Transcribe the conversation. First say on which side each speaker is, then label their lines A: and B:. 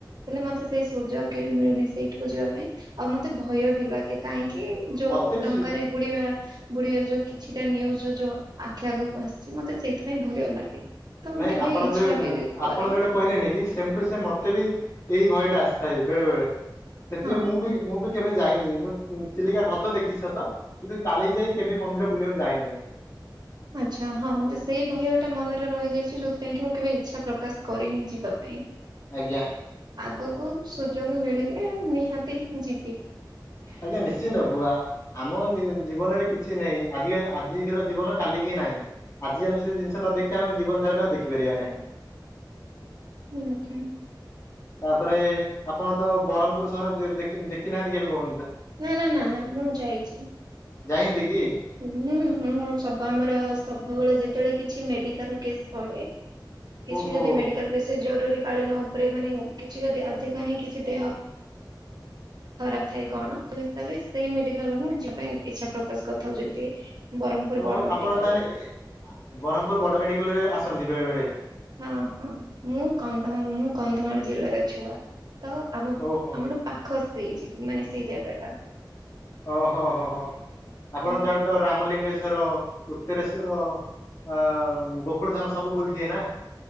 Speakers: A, on the right; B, on the left.
A: ହେଲେ ମତେ ସେଇ ସୁଯୋଗ କେବେ ମିଳିନି ସେଇଠିକୁ ଯିବା ପାଇଁ। ଆଉ ମତେ ଭୟ ବି ଲାଗେ କାହିଁକି ଯୋଉ
B: ମତେ ବି
A: ଡଙ୍ଗାରେ ବୁଡ଼ିବା ବୁଢିବାରେ ଯୋଉ କିଛିଟା ନିୟୁଜ୍ ଯୋଉ ଆଖି ଆଗକୁ ଆସିଚି ମତେ ସେଇଥିପାଇଁ ଭୟ ଲାଗେ। ତ ମୁଁ
B: ନାଇଁ
A: କେବେ
B: ଆପଣ
A: ଇଚ୍ଛା
B: ଯୋଉ
A: ବି
B: ଆପଣ
A: କରେନି
B: ଯୋଉଟା କହିଲେନି କି ସେମ୍ ଟୁ ସେମ୍ ମତେ ବି ଏଇ ଭୟ ଟା ଆସିଥାଏ ବେଳେ ବେଳେ ସେଥିପାଇଁ
A: ହଁ
B: ମୁଁ ବି ମୁଁ ବି କେବେ ଯାଇନି ମୁଁ ଚିଲିକା ହ୍ରଦ ଦେଖିଛି ସତ କିନ୍ତୁ କାଳି ଯାଇ କେବେ ମନ୍ଦିର ବୁଲିବାକୁ ଯାଇନାହିଁ। <inaudible>
A: ଆଚ୍ଛା ହଁ ମୋତେ ସେଇ ଭୟ ଟା ମନରେ ରହିଯାଇଛି ଯୋଉଥିପାଇଁ କି ମୁଁ କେବେ ଇଚ୍ଛା ପ୍ରକାଶ କରିନି ଯିବା ପାଇଁ।
B: ଆଜ୍ଞା।
A: ଆଗକୁ ସୁଯୋଗ ମିଳିଲେ ନିହାତି ଯିବି।
B: ଆଜ୍ଞା ନିଶ୍ଚିନ୍ତବୁଆ ଆମ ଜୀବନରେ କିଛି ନାହିଁ ଆଜି ଆଜିର ଜୀବନ କାଲିିକି ନାହିଁ ଆଜି ଆମେ ସେ ଜିନିଷ ନ ଦେଖିବା ଆମେ ଜୀବନ ସାରା ଆଉ ଦେଖିପାରିବା ନାହିଁ।
A: ଉହୁଁ।
B: ତାପରେ ଆପଣ ତ ବ୍ରହ୍ମପୁର ସହର ଦେଖିନାହାନ୍ତି କେବେ କୁହ
A: ନା ନା ନା ନା ମୁଁ ଯାଇଚି।
B: ଯାଇନ୍ତି କି
A: ହୁଁ ହୁଁ ସବୁ ଆମର ସେ ସବୁବେଳେ ଯେତେବେଳେ କିଛି ମେଡିକାଲ୍ କେସ୍ ପଡ଼େ
B: ଓହୋ
A: କିଛି ଯଦି ମେଡିକାଲ ବେସିକ୍ ଜରୁରୀ କାଳୀନ ଉପରେ ମାନେ କିଛି ଯଦି ଅଧିକ ହିଁ କିଛି ଦେହ ଖରାପ ଥାଏ କଣ ତ ହିସାବରେ ସେଇ ମେଡିକାଲ୍ ମୁଁ ଯିବା ପାଇଁ ଇଛା ପ୍ରକାଶ କଥାକୁ ଯେମିତି
B: ଓଃ
A: ବଡ ମେଡିକାଲ
B: ଆପଣ ତାହେଲେ ଏ ବ୍ରହ୍ମପୁର ବଡ଼ ମେଡିକାଲରେ ଆସନ୍ତି ବେଳେ ବେଳେ।
A: ହଁ ହଁ ମୁଁ କନ୍ଧ ମୁଁ କନ୍ଧମାଳ ଜିଲ୍ଲାର ଛୁଆ। ତ ଆମ
B: ଓହୋ
A: ଆମଠୁ ପାଖ ହେଇଛି ମାନେ ସେଇ ଜାଗା ଟା।
B: ଓ ହୋ ହୋ ହୋ ଆପଣ
A: ହଁ।
B: ତାହେଲେ ତ ରାମଲିଙ୍ଗେଶ ର ଉତ୍ତରେଶ୍ଵର ଆ ଗୋକୁଳ ଧାମ ସବୁ ବୁଲିଥିବେ ନା?